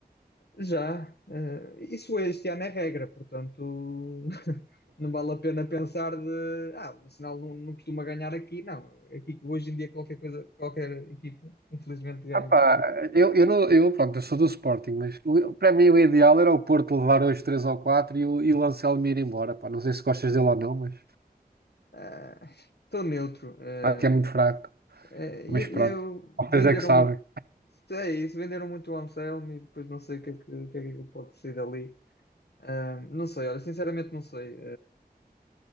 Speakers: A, on the left; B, on the right.
A: Já, eh, isso este ano é regra, portanto <laughs> não vale a pena pensar de ah, o Nacional não, não costuma ganhar aqui, não. Aqui hoje em dia qualquer coisa, qualquer equipa, infelizmente, ganha.
B: Ah pá, eu, eu, não, eu, pronto, eu sou do Sporting, mas o- para mim o ideal era o Porto levar hoje 3 ou 4 e o, e o Anselmo ir embora. Pá, não sei se gostas dele ou não, mas
A: Eh, Estou neutro. eh,
B: acho que é muito fraco.
A: É,
B: Mas
A: e,
B: pronto,
A: e eu,
B: vocês
A: venderam,
B: é que sabem.
A: mu- é isso, venderam muito o Anselmo e depois não sei o que é que, o que, é que ele pode ser dali. Ah, não sei, olha, sinceramente não sei.